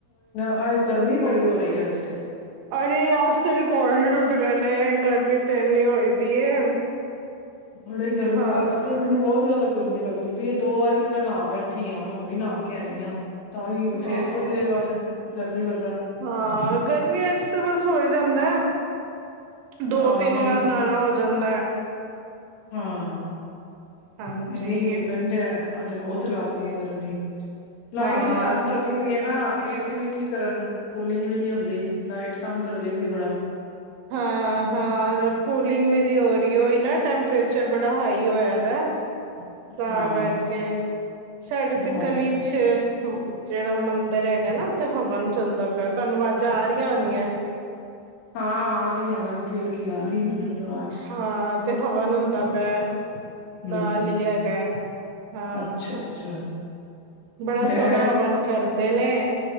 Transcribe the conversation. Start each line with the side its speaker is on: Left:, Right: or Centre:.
Left: ਅਜ ਗਰਮੀ ਬੜੀ ਹੋ ਰਹੀ ਏ ਅੱਜ ਤੇ।
Right: ਅਰੇ ਅਜ ਤੇ ਰਿਕੋਡ ਈ ਟੁੱਟਗੇ ਨੇ ਗਰਮੀ ਤੇ ਏਨੀ ਹੋਈ ਦੀ ਏ।
Left: ਬੜੇ ਗਰਮੀ
Right: ਹਾਂ,
Left: ਅੱਜ ਤੇ ਮੈਨੂੰ ਬੋਤ ਜੈਦ ਲਗ ਗਰਮੀ ਲੱਗਦੀ। ਪੀਏ ਦੋ ਵਾਰੀ ਤਾਂ ਮੈਂ ਨਾ ਬੈਠੀ ਆ ਹੁਣ ਵੀ ਨਾ ਕੇ ਆਈ ਆਂ, ਤਾਂ ਵੀ
Right: ਹਾਂ,
Left: ਫੇਰ ਥੋੜੀ ਦੇਰ ਬਾਦ ਗਰਮੀ ਲਗ
Right: ਹਾਂ ਗਰਮੀਆਂ ਚ ਤਾਂ ਬਸ ਹੋ ਜਾਂਦਾ ਦੋ
Left: ਹਾਂ
Right: ਤਿੰਨ
Left: ਨਹੀਂ
Right: ਵਾਰ ਨਾਲਾ ਹੋਜ ਤਨਦਾ ਆ
Left: ਹਾਂ
Right: ਹਾਂਜੀ,
Left: ਇੰਨੀ ਮੈਨੂੰ ਤਾ ਅੱਜ ਬਹੁਤ ਲੱਗ ਦੀ ਆ ਗਰਮੀ ਕਮੀ ਲਾਈਟ
Right: ਹਾਂ,
Left: ਵੀ ਤੰਗ ਕਰਦੀ ਪਈ ਆ ਨਾ ਏਸੀ ਵੀ ਕਿ ਕਰਨ ਕੂਲਿੰਗ ਵੀ ਨਹੀਂ ਹੁੰਦੀ। ਲਾਈਟ ਤੰਗ ਕਰਦੀ ਵੀ ਬੜਾ ਤਾ
Right: ਹਾਂ ਹਾਂ ਕੂਲਿੰਗ ਵੀ ਨਹੀਂ ਹੋ ਰਹੀ ਹੋਈ ਨਾ ਟੈਂਪਰੇਚਰ ਬੜਾ ਹਾਈ ਹੋਇਆ ਦਾ ਤਾਂ
Left: ਹਾਂ
Right: ਕਰਕੇ ਸਾਡੇ
Left: ਹ
Right: ਤੇ ਗਲੀ ਚ ਜਿਹੜਾ ਮੰਦਿਰ ਹੈਗਾ ਨਾ ਉੱਥੇ ਹਵਨ ਚੱਲਦਾ ਪਿਆ ਤੁਹਾਨੂੰ ਆਵਾਜ਼ਾਂ ਆ ਰਹੀਆਂ ਹੋਣੀਆ
Left: ਹਾਂ ਆ ਰਹੀ ਹਲਕੀ ਹਲਕੀ, ਆ ਰਹੀ ਮੈਨੂੰ ਵੀ ਆਵਾਜ਼
Right: ਹਾਂ ਏ ਹਵਨ ਹੁੰਦਾ ਪਿਆ
Left: ਹਮ
Right: ਦਾ ਲਿਆ ਹੈਗਾ ਹਾਂ
Left: ਅੱਛਾ ਅੱਛਾ
Right: ਬੜਾ
Left: ਮੈਂ
Right: ਸੋਹਣਾ ਹਵਨ ਕਰਦਾ ਦਿਨੇ